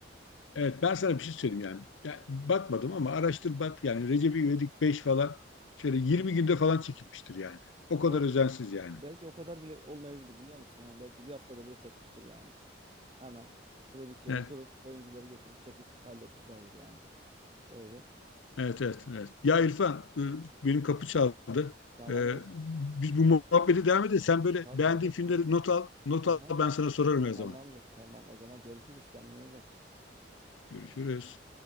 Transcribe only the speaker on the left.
Evet ben sana bir şey söyleyeyim yani. Ya, bakmadım ama araştır bak yani Recep İvedik 5 falan şöyle 20 günde falan çekilmiştir yani. O kadar
özensiz
yani.
Evet.
Evet, evet, evet. Ya İrfan, e, benim kapı çaldı.
E, biz bu muhabbete devam edelim. Sen böyle
beğendiğin
filmleri not al, not
al ben sana sorarım her
zaman.
Görüşürüz.